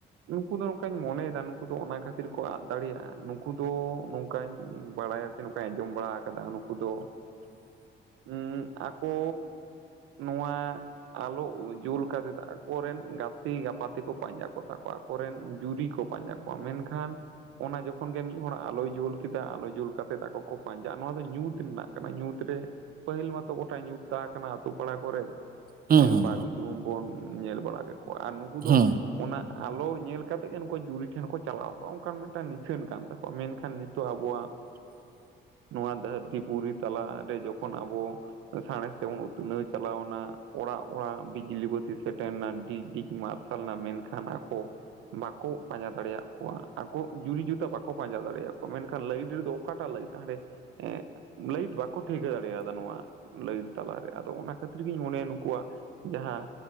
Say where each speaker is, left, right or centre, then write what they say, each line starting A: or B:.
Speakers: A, on the right; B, on the right.
A: ᱱᱩᱠᱩ ᱫᱚ ᱱᱚᱝᱠᱟᱧ ᱢᱚᱱᱮᱭᱫᱟ ᱱᱩᱠᱩ ᱫᱚ ᱚᱱᱟ ᱠᱷᱟᱹᱛᱤᱨ ᱠᱚ ᱟᱫ ᱫᱟᱲᱮᱭᱟᱜᱼᱟ ᱱᱩᱠᱩ ᱫᱚ ᱱᱚᱝᱠᱟᱧ ᱵᱟᱲᱟᱭᱟ᱾ ᱥᱮ ᱱᱚᱝᱠᱟᱧ ᱟᱸᱡᱚᱢ ᱵᱟᱲᱟ ᱠᱟᱫᱟ ᱱᱩᱠᱩ ᱫᱚ
B: <inaudible>
A: ᱩᱸ ᱟᱠᱚ ᱱᱚᱣᱟ ᱟᱞᱚ ᱩᱡ ᱡᱩᱞ ᱠᱟᱛᱮᱫ ᱟᱠᱚᱨᱮᱱ ᱜᱟᱛᱮ ᱜᱟᱯᱟᱛᱮᱠᱚ ᱯᱟᱸᱡᱟ ᱠᱚᱛᱟ ᱠᱚᱣᱟ ᱟᱠᱚᱨᱮᱱ ᱡᱩᱨᱤ ᱠᱚ᱾ ᱯᱟᱸᱡᱟ ᱠᱚᱣᱟ᱾ ᱢᱮᱱᱠᱷᱟᱱ ᱚᱱᱟ ᱡᱚᱠᱷᱚᱱ ᱜᱮ ᱢᱤᱫ ᱦᱚᱲᱟᱜ ᱟᱞᱚᱭ ᱡᱩᱞ ᱠᱮᱫᱟ ᱟᱞᱚ ᱡᱩᱞ ᱠᱟᱛᱮᱫ ᱟᱠᱚ ᱠᱚ ᱯᱟᱸᱡᱟᱜᱼᱟ ᱱᱚᱣᱟ ᱫᱚ ᱧᱩᱛ ᱨᱮᱱᱟᱜ ᱠᱟᱱᱟ ᱧᱩᱛ ᱨᱮ ᱯᱟᱹᱦᱤᱞ ᱢᱟᱛᱚ ᱜᱚᱴᱟ ᱧᱩᱛ ᱛᱟᱦᱮᱸ ᱠᱟᱱᱟ ᱟᱛᱳ ᱯᱟᱲᱟ ᱠᱚᱨᱮ᱾
B: ᱦᱩᱸ
A: ᱦᱮᱸ
B: ᱦᱩᱸ
A: ᱵᱟᱜᱽᱡᱩᱞᱩᱝ ᱵᱚᱱ ᱧᱮᱞ ᱵᱟᱲᱟ ᱠᱟᱜ ᱠᱚᱣᱟ ᱟᱨ ᱱᱩᱠᱩ ᱫᱚ
B: ᱦᱩᱸ
A: ᱚᱱᱟ ᱟᱞᱚ ᱧᱮᱞ ᱠᱟᱛᱮᱫ ᱜᱮ ᱱᱩᱠᱩ ᱡᱩᱨᱤ ᱴᱷᱮᱱ ᱠᱚ ᱪᱟᱞᱟᱣ ᱠᱚᱜᱼᱟ ᱚᱱᱠᱟᱱ ᱢᱤᱫᱴᱟᱝ ᱱᱤᱥᱷᱟᱹᱱ ᱠᱟᱱ ᱛᱟᱠᱚᱣᱟ ᱢᱮᱱᱠᱷᱟᱱ ᱱᱤᱛᱚᱜ ᱟᱵᱚᱣᱟᱜ
B: <inaudible>
A: ᱱᱚᱣᱟ ᱫᱷᱟᱹᱨᱛᱤ ᱯᱩᱨᱤ ᱛᱟᱞᱟᱨᱮ ᱡᱚᱠᱷᱚᱱ ᱟᱵᱚ ᱥᱟᱸᱬᱮᱥ ᱛᱮᱵᱚᱱ ᱩᱛᱱᱟᱹᱣ ᱪᱟᱞᱟᱣᱱᱟ ᱚᱲᱟᱜ ᱚᱲᱟᱜ ᱵᱤ ᱡᱤᱞᱤ ᱵᱟᱹᱛᱤ ᱥᱮᱴᱮᱨᱱᱟ ᱰᱤᱜᱽ ᱰᱤᱜᱽ ᱢᱟᱨᱥᱟᱞ ᱱᱟ ᱢᱮᱱᱠᱷᱟᱱ ᱟᱠᱚ ᱵᱟᱠᱚ ᱯᱟᱸᱡᱟ ᱫᱟᱲᱮᱭᱟᱜ ᱠᱚᱣᱟ, ᱟᱠᱚ ᱡᱩᱨᱤ ᱡᱚᱛᱟᱹ ᱵᱟᱠᱚ ᱯᱟᱸᱡᱟ ᱫᱟᱲᱮᱭᱟ ᱠᱚᱣᱟ ᱢᱮᱱᱠᱷᱟᱱ ᱞᱟᱹᱭᱤᱰ ᱨᱮᱫᱚ ᱚᱠᱟᱴᱟᱜ ᱞᱟᱹᱭᱤᱴ ᱦᱟᱸᱰᱮ ᱮᱸ ᱞᱟᱹᱭᱤᱴ ᱵᱟᱠᱚ ᱴᱷᱟᱹᱭᱠᱟᱹ ᱫᱟᱲᱮᱭᱟᱫᱟ ᱱᱚᱣᱟ ᱞᱟᱹᱭᱤᱴ ᱛᱟᱞᱟᱨᱮ ᱟᱫᱚ ᱚᱱᱟ ᱠᱷᱟᱹᱛᱤᱨ ᱜᱤᱧ ᱢᱚᱱᱮᱭᱟ ᱱᱩᱠᱩᱣᱟᱜ ᱡᱟᱦᱟᱸ